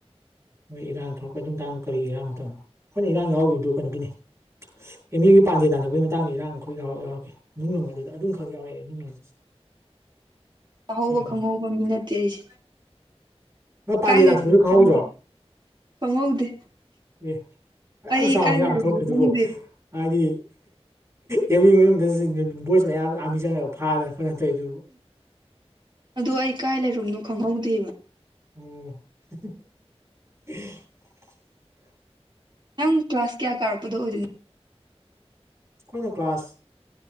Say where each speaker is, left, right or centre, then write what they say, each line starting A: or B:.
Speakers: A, on the right; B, on the right.
A: ꯃꯣꯏ ꯏꯔꯥꯡ ꯊꯣꯛꯔꯛꯄ ꯑꯗꯨꯃꯇꯥꯡꯡꯗꯣ ꯀꯔꯤ ꯏꯔꯥꯡ ꯃꯇꯝꯅꯣ ꯍꯣꯏꯅ ꯏꯔꯥꯡ ꯌꯥꯎꯒꯔꯤꯗꯣ ꯀꯩꯅꯣꯒꯤꯅꯦ ꯏꯅꯦꯒꯤ ꯄꯥꯟꯗꯦꯜ ꯅꯥꯟꯊꯣꯛꯄꯒꯤ ꯃꯇꯥꯡꯗ ꯏꯔꯥꯡꯈꯛ ꯌꯥꯎꯔ ꯌꯥꯎꯔꯛꯀꯦ ꯅꯨꯡ ꯂꯪꯕꯗꯨꯟ ꯑꯗꯨꯝꯈꯛ ꯌꯥꯎꯔꯛꯑꯦ ꯅꯨꯡ <inaudible>
B: ꯇꯥꯍꯧꯕ
A: ꯃꯇꯝꯗ
B: ꯈꯪꯍꯧꯕ ꯃꯤ ꯅꯠꯇꯦ ꯑꯩꯁꯦ
A: ꯃꯥ ꯄꯥꯟꯗꯦ
B: ꯀꯥꯏ ꯂꯩꯔꯤꯅꯣ
A: ꯇꯥꯟꯊꯣꯛꯄꯗꯨ ꯈꯪꯍꯧꯗ꯭ꯔꯣ
B: ꯈꯪꯗꯦ ꯈꯪꯍꯧꯗꯦ
A: ꯑꯦ
B: ꯑꯩ
A: ꯌꯥꯝ ꯆꯥꯎꯅ
B: ꯀꯥꯏ
A: ꯏꯔꯥꯡ
B: ꯂꯩꯔꯨꯝꯅꯣ
A: ꯊꯣꯛꯈ꯭ꯔꯤ
B: ꯈꯪꯗꯦ
A: ꯗꯨꯕꯣ ꯍꯥꯏꯗꯤ ꯑꯦꯝ ꯌꯨ ꯃꯅꯨꯡꯗ ꯚꯣꯏꯁ ꯃꯌꯥꯝ ꯑꯔꯃꯤ ꯆꯪꯉꯒ ꯐꯥꯗꯅ ꯑꯈꯣꯏ ꯀꯩꯅꯣ ꯇꯧꯗꯨꯕꯨ
B: ꯑꯗꯣ ꯑꯩ ꯀꯥꯏ ꯂꯩꯔꯨꯝꯅꯣ ꯈꯪꯍꯧꯗꯦꯕ
A: ꯑꯣ
B: ꯅꯪ ꯀ꯭ꯂꯥꯁ ꯀꯌꯥ ꯀꯥꯔꯛꯄꯗ ꯑꯣꯏꯗꯣꯏꯅꯣ
A: ꯑꯈꯣꯏꯅ ꯀ꯭ꯂꯥꯁ